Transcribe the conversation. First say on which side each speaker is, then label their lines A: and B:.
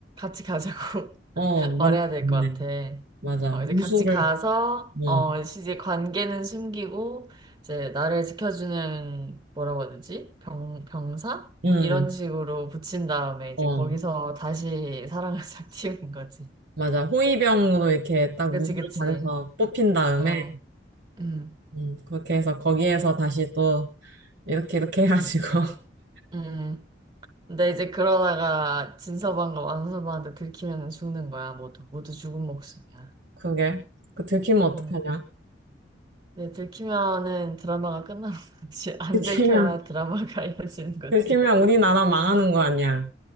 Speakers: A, on the right (about 30°); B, on the right (about 65°).
A: 같이 가자고
B: 어,
A: <laughs>
B: 맞네.
A: 말해야 될
B: 맞네.
A: 것 같아.
B: 맞아.
A: 어,
B: 무술을,
A: 이제 같이 가서,
B: 응,
A: 어, 이제 관계는 숨기고, 이제 나를 지켜주는 뭐라고 해야 되지? 병, 병사? 뭐
B: 응,
A: 이런 식으로 붙인 다음에 이제
B: 어,
A: 거기서 다시 사랑을 <laughs> 싹 틔우는 거지.
B: 맞아. 호위병으로 이렇게 딱
A: 그치,
B: 무술을
A: 그치.
B: 잘해서 뽑힌 다음에,
A: 어, 음.
B: 음, 그렇게 해서 거기에서 다시 또 이렇게 이렇게 해가지고, <laughs>
A: 음. 근데 이제 그러다가 진서방과 완서방한테 들키면 죽는 거야. 모두 모두 죽은 목숨이야.
B: 그게. 그 들키면 어떡하냐?
A: 음. 근데 들키면은 드라마가 끝나는 <laughs> 거지. 안
B: 들키면,
A: 들켜야 드라마가 <laughs> 이어지는 거지.
B: 들키면 우리나라 망하는 거 아니야.